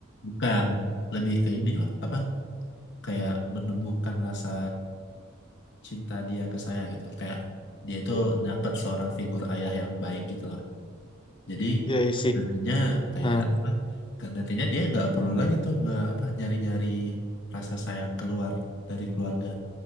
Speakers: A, on the left; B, on the left.
A: bukan lebih ke ini loh apa kayak menumbuhkan rasa cinta dia ke saya gitu kayak dia itu
B: Iya.
A: dapat seorang figur ayah yang baik gitu lah jadi
B: Ya isi.
A: nantinya kayak
B: Nah,
A: apa kan nantinya dia nggak perlu lagi tuh nggak apa nyari-nyari rasa sayang keluar dari keluarga